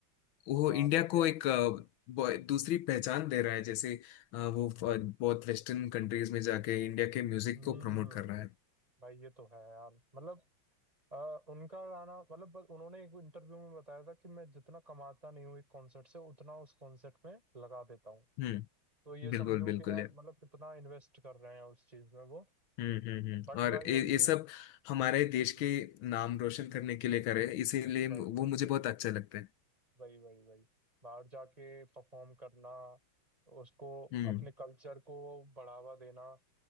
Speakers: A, on the left; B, on the right.
A: वो
B: वहां
A: इंडिया
B: पे किया
A: को
B: था।
A: एक अ, ब- दूसरी पहचान दे रहा है जैसे अ, वो अ, बहुत वेस्टर्न कंट्रीज में जाके इंडिया के म्यूजिक
B: हम्म
A: को प्रमोट कर रहा है
B: भाई ये तो है यार मतलब अ, उनका गाना मतलब बस उन्होंने एक इंटरव्यू में बताया था कि मैं जितना कमाता नहीं हूँ एक कॉन्सर्ट से उतना उस कॉन्सर्ट में लगा देता हूँ
A: हम्म
B: तो ये
A: बिल्कुल
B: समझो
A: बिल्कुल
B: कि यार
A: यार
B: मतलब कितना इन्वेस्ट कर रहे हैं उस चीज में वो
A: हम्म हम्म हम्म
B: बट
A: और
B: भाई
A: ये
B: उनकी
A: ये सब हमारे देश
B: हम्म,
A: के नाम रोशन करने के लिए करे इसीलिए
B: वही
A: वो
B: वही
A: मुझे
B: वही
A: बहुत अच्छा लगता है
B: वही वही वही बाहर जाके परफॉर्म करना उसको
A: हम्म
B: अपने कल्चर को बढ़ावा देना